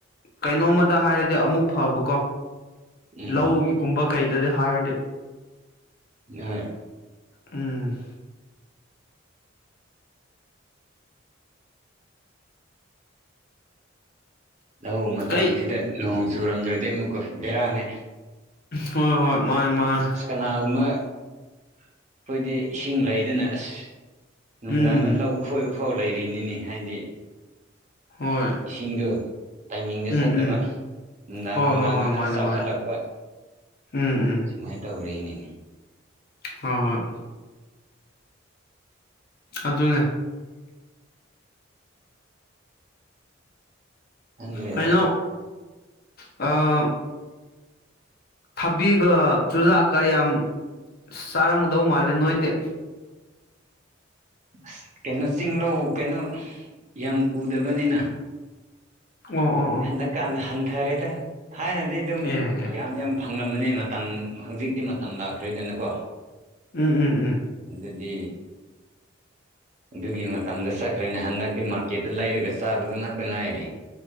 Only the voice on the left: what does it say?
ꯀꯩꯅꯣꯝꯃꯗ ꯍꯥꯏꯔꯗꯤ ꯑꯃꯨꯛ ꯐꯕꯀꯣ
ꯂꯧꯒꯤꯒꯨꯝꯕ ꯀꯩꯗꯗꯤ ꯍꯥꯏꯔꯗꯤ
ꯎꯝ
ꯀꯩ
ꯍꯣꯏ ꯍꯣꯏ ꯃꯥꯅꯦ ꯃꯥꯅꯦ
ꯎꯝ
ꯍꯣꯏ
ꯎꯝ
ꯎꯝ
ꯍꯣꯏ
ꯍꯣꯏ ꯍꯣꯏ
ꯃꯥꯅꯦ
ꯃꯥꯅꯦ ꯎꯝ ꯎꯝ
ꯍꯣ ꯍꯣꯏ ꯑꯗꯨꯅꯦ
ꯀꯩꯅꯣ ꯑꯥ ꯊꯕꯤꯒ ꯆꯨꯖꯥꯛꯀꯥ ꯌꯥꯝ ꯆꯥꯔꯝꯒꯗꯧ ꯃꯥꯜꯂꯦ ꯅꯣꯏꯗꯤ
ꯑꯣ ꯑꯣ ꯑꯣ
ꯑꯦ ꯑꯦ
ꯎꯝ ꯎꯝ ꯎꯝ